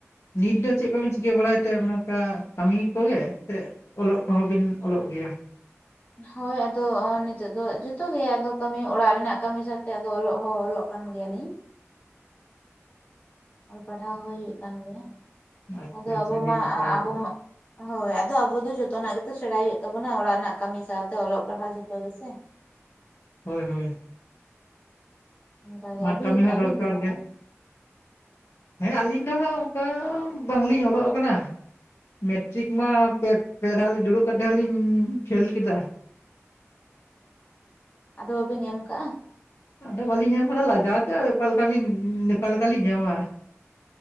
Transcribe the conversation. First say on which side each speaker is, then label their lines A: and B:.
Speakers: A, on the left; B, on the left.
A: ᱱᱤᱛ ᱫᱚ ᱪᱮᱫ ᱠᱚᱵᱤᱱ ᱪᱤᱠᱟᱹ ᱵᱟᱲᱟᱭ ᱛᱮ ᱚᱱᱠᱟ ᱠᱟᱹᱢᱤ ᱠᱚᱜᱮ ᱥᱮ <unintelligible> ᱚᱞᱚᱜ ᱠᱚᱦᱚᱸ ᱵᱤᱱ ᱚᱞᱚᱜ ᱜᱮᱭᱟ
B: ᱦᱚᱭ ᱟᱫᱚ ᱱᱤᱛᱚᱜ ᱫᱚ ᱡᱚᱛᱚᱜ ᱜᱮ ᱟᱫᱚ ᱠᱟᱹᱢᱤ ᱚᱲᱟᱜ ᱨᱮᱱᱟᱜ ᱠᱟᱹᱢᱤ ᱥᱟᱶᱛᱮ ᱟᱫᱚ ᱚᱞᱚᱜ ᱦᱚᱸ ᱚᱞᱚᱜ ᱠᱟᱱ ᱜᱮᱭᱟᱞᱤᱧ ᱚᱞ ᱯᱟᱲᱦᱟᱣ ᱦᱚᱸ ᱦᱩᱭᱩᱜ ᱠᱟᱱ ᱜᱮᱭᱟ
A: ᱟᱪᱪᱷᱟ
B: ᱟᱫᱚ
A: ᱟᱪᱪᱷᱟ
B: ᱟᱵᱚ
A: ᱟᱹᱰᱤ
B: ᱢᱟ
A: ᱱᱟᱯᱟᱭ
B: ᱟᱵᱚ
A: ᱜᱮ
B: ᱢᱟ ᱦᱚᱭ ᱟᱫᱚ ᱟᱵᱚ ᱫᱚ ᱡᱚᱛᱚᱱᱟᱜ ᱜᱮᱛᱚ ᱥᱮᱬᱟᱭ ᱦᱩᱭᱩᱜ ᱛᱟᱵᱚᱱᱟ ᱚᱲᱟᱜ ᱨᱮᱱᱟᱜ ᱠᱟᱹᱢᱤ ᱥᱟᱶᱛᱮ ᱚᱞᱚᱜ ᱯᱟᱲᱦᱟᱜ ᱡᱚᱛᱚ ᱜᱮᱥᱮ
A: ᱦᱚᱭ ᱦᱚᱭ
B: ᱚᱱᱠᱟᱜᱮ
A: ᱢᱟᱫ
B: ᱟᱹᱵᱤᱱ
A: ᱠᱟᱹᱢᱤ ᱦᱚᱸ
B: ᱟᱹᱵᱤᱱ
A: ᱫᱚᱨᱠᱟᱨ
B: ᱫᱚ ᱛᱟᱦᱚᱞᱮ
A: ᱜᱮ ᱦᱮᱸ ᱟᱹᱞᱤᱧ ᱫᱚ ᱦᱟᱸᱜ ᱚᱱᱠᱟ ᱵᱟᱝᱞᱤᱧ ᱚᱞᱚᱜ ᱟᱠᱟᱱᱟ ᱢᱮᱴᱨᱤᱠ ᱢᱟ ᱯᱮ ᱯᱮ ᱫᱷᱟᱣ ᱫᱩᱲᱩᱵ ᱠᱟᱛᱮ ᱦᱚᱞᱤᱧ ᱯᱷᱮᱞ ᱠᱮᱫᱟ
B: ᱟᱫᱚ ᱵᱟᱵᱤᱱ ᱮᱢ ᱠᱟᱜᱼᱟ
A: ᱟᱫᱚ ᱵᱟᱹᱞᱤᱧ ᱮᱢ ᱟᱠᱟᱫᱟ ᱞᱟᱡᱟᱣ ᱛᱮ ᱚᱠᱟᱠᱟ ᱵᱤᱱ ᱚᱠᱟ ᱞᱮᱠᱟᱞᱤᱧ ᱮᱢᱟ